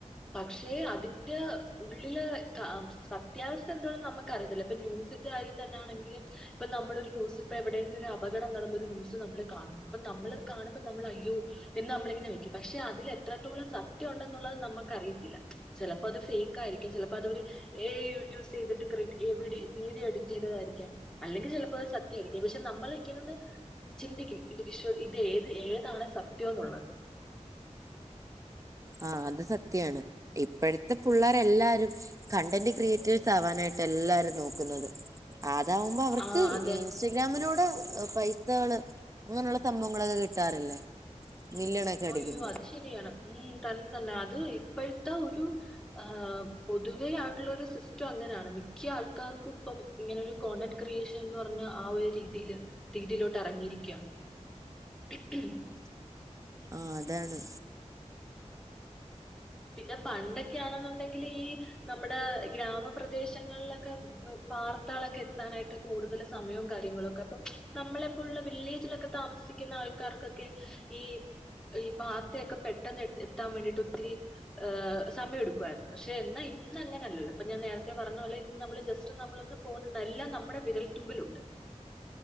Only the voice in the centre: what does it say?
പക്ഷെ അതിന്റെ ഉള്ളില് സത്യാവസ്ഥ എന്താണെന്ന് നമുക്കറിയത്തില്ല ഇപ്പ ന്യൂസ് ന്റെ കാര്യതന്നാണെങ്കിലും ഇപ്പൊ നമ്മളൊരു ന്യൂസ്പ്പൊ എവിടെയെങ്കിലും ഒരു അപകടം നടന്നൊരു ന്യൂസ് നമ്മള് കാണുന്നു അപ്പൊ നമ്മളത് കാണുമ്പോ നമ്മളയ്യോ എന്ന് നമ്മളിങ്ങനെ വെക്കൂം പക്ഷ് പക്ഷെ അതിലെത്രത്തോളം സത്യം ഉണ്ടെന്നുള്ളത് നമ്മക്ക് അറിയത്തില്ല ചിലപ്പോ അത് ഫേക്ക് ആയിരിക്കും ചിലപ്പോ അതൊരു ഏയൂജൂസെയ്തിട്ട് ക്രഡി വീഡിയോ എഡിറ്റ് ചെയ്തതായിരിക്കാം. അല്ലെങ്കി ചെലപ്പോത് സത്യായിരിക്കും പക്ഷെ നമ്മളിങ്ങനൊന്ന് ചിന്തിക്കും ഇത് വിശ്വ ഇത് ഏത് ഏതാണ് സത്യം എന്നുള്ളത്.
ആ
അയ്യോ അത് ശരിയാണ് ഉ തന്നെ തന്നെ അത് ഇപ്പോഴത്തെ ഒരു ആ പൊതുവെ ആയിട്ടുള്ള ഒരു സിസ്റ്റം അങ്ങനെയാണ് മിക്ക ആൾക്കാർക്കും ഇപ്പം ഇങ്ങനെൊ ഒരു കോണ്ടന്റ് ക്രിയേഷൻ എന്ന് പറഞ്ഞഞ് ആ ഒരു രീതിൽ രീതിയിലോട്ട് ഇറങ്ങിയിരിക്കുകയാണ് <unintelligible>
പിന്നെ പണ്ടൊക്കെയാണെന്നുണ്ടെങ്കിൽ ഈ നമ്മുടെ ഗ്രാമപ്രദേശങ്ങളിലൊക്കെ വാർത്തകളൊക്കെ കിട്ടാ നായിട്ട് കൂടുതൽ സമയവും കാര്യങ്ങളും ക്കെ അപ്പം നമ്മള ഇപ്പോുള്ള വില്ലേജിലൊക്കെ താമസിക്കുന്ന ആൾക്കാർക്കൊക്കെ ഈ ഈ വാർത്തയൊക്കെ പെട്ടെന്ന് എത്താൻ വേണ്ടിട്ട് ഒത്തിരി ഹ് സമയമെടുക്കുായിരുന്നു പക്ഷെ എന്നാ ഇന്ന് അങ്ങനെയല്ലല്ലോ ഇപ്പൊ ഞാൻ നേരത്തെ പറഞ്ഞ പോലെ ഇന്ന് നമ്മള് ജസ്റ്റ് നമ്മളൊന്ന് ഫോണുണ്ട് എല്ലാം നമ്മുടെ വിരൽത്തുമ്പിൽലുണ്ട്